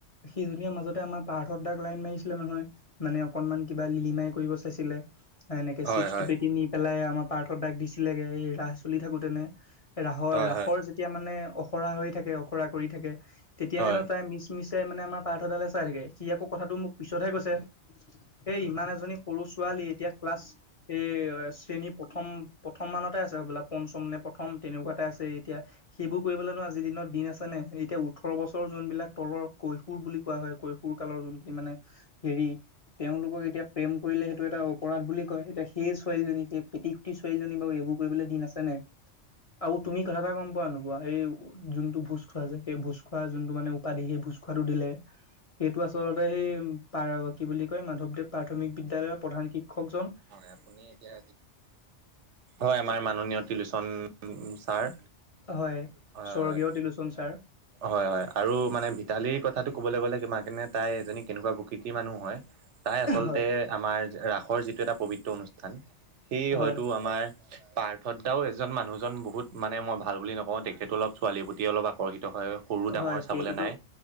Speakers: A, on the left; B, on the right.
A: সি জনী মাজতে আমাৰ পাৰ্থদাক লাইন মাৰিছিলে নহয়। মানে অকনমান কিবা লিলিমাই কৰিব চাইছিল ছিলে এনেকে চিপছ
B: হয় হয়
A: দুপেটি নি পেলাই আমাৰ পাৰ্থ দাক দিছিলেগে এই ৰাস চলি থাকোতেনে ৰাসৰ
B: হয়
A: ৰাসৰ
B: হয়
A: যেতিয়া মানে অখৰা হৈ থাকে অখৰা কৰি থাকে তেতিয়াহেনো
B: হয়
A: তাই মিছ মিছ মানে আমাৰ পাৰ্থদালে চাই থাকে সি আকৌ কথাটো মোক পিছতহে কৈছে এই ইমান এজনী সৰু চোৱা এতিয়া ক্লাছ এই শ্ৰেণী প্ৰথম প্ৰথম মানতে আছে হবলা পঞ্চম নে প্ৰথম তেনেকুৱাতে আছে এতিয়া সেইবোৰ কৰিবলৈ নো আজি দিনত দিন আছে নে এতিয়া ওঠৰ বছৰ যোনবিলাক তলৰ কৈশোৰ বুলি কোৱা হয় কৈশোৰ কালৰ যোন খিনি মানে হেৰি তেওঁলোকক এতিয়া প্ৰেম কৰিলে সেইটো এটা অপৰাধ বুলি কয়। এতিয়া সেই ছোৱালীজনীক সেই পিটি কুটি ছোৱালীজনী বাৰু এইবোৰ কৰিবলৈ দিন আছে নাই। আৰু তুমি কথা এটা গম পোৱা নে নোপোৱা এই যোনটো ভোজ খোৱা যে সেই ভোজ খোৱা যোনটো মানে উপাধি সেই ভোজখুৱাটো দিলে সেইটো আচলতে সেই পা কি বুলি কয় মাধৱদেৱ প্ৰাথমিক বিদ্য়ালয়ৰ প্ৰধান শিক্ষক জন
B: আপুনি এতিয়া হয় আমাৰ মাননীয় টিলুচন ছাৰ হয়
A: হয় স্বৰ্গীয়
B: হয়।
A: তিলোচন ছাৰ
B: হয় হয় আৰু মানে ভিতালীৰ কথাটো ক'বলৈ গ'লে তোমাক এনে তাই এজনী কেনেকুৱা প্ৰকৃতিৰ মানুহ হয় তাই আচলতে
A: হয়
B: আমাৰ ৰাসৰ যিটো এটা পবিত্ৰ অনুষ্ঠান সেই
A: হয়
B: হয়তো আমাৰ পাৰ্থত দাও এজন মানুহজন বহুত মানে মই ভাল বুলি নকওঁ তেখেতো অলপ ছোৱালীৰ প্ৰতি অলপ আকৰ্ষিত হয় সৰু ডাঙৰ
A: হয়
B: চাবলে
A: সেইটোতো
B: নাই